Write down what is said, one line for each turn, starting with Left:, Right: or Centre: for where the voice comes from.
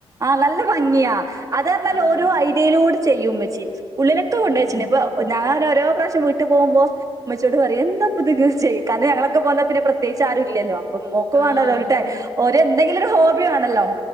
Right: ആഹ് നല്ല ഭംഗിയാ. അത് അറഞ്ഞാൽ
Left: ആഹ്
Right: ഓരോ ഐഡിയിലൂടെ ചെയ്യും ഉമ്മച്ചി ഉള്ളിലോക്കെ കൊണ്ട്
Left: ഏഹ്
Right: വെച്ചിന് ഇപ്പൊ ഞാൻ ഓരോ പ്രാവശ്യം വീട്ട് പോവുമ്പോ ഇമ്മച്ചിയോട് പറയും എന്താ ഇപ്പൊ ഇത് ചെയ് കാരണം ഞങ്ങളൊക്കെ പോന്നാ പിന്നെ പ്രത്യേകിച്ച് ആരുല്ലല്ലോ. നോക്കുവാേണല്ലോ
Left: ആഹ് അതന്നെ
Right: ഒരുട്ട ഒ ഒര് എന്തെങ്കിലും ഒരു ഹോബി വേണല്ലോ.